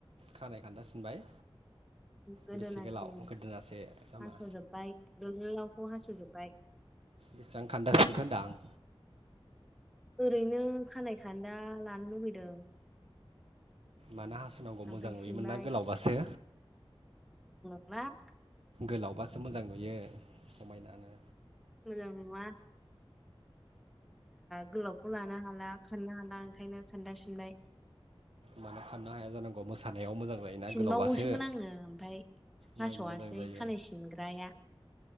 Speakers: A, on the right; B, in the centre.
A: खानाय खान्दा सिनबाय
B: गोदोनासिन
A: बेसे गोलाव गोदोनासे नामा
B: हास'जोब्बाय गोलावखौ हास'जोबबाय
A: बेसेबां खान्दा सिनखो दां
B: ओरैनो खानाय खानदा लानो लुुबैदों
A: मानो हासुनांगौ
B: ओमफ्राय
A: मोजां नुयोमोन
B: सिनबाय
A: ना गोलावबासो
B: मा
A: गोलावबासो मोजां नुयो समायनानो
B: मोजां नुवा गोलावखौ लानो हाला खाननो हाला ओंखायनो खोन्दा सिनबाय
A: मानो खाननो हाया जानांगौ मोसानायाव मोजां जायोना
B: सिनबावगौसोमोन
A: गोलावबासो
B: आङो ओमफाय हास'वासै
A: नायनो मोजां जायो
B: खानाय सिनग्राया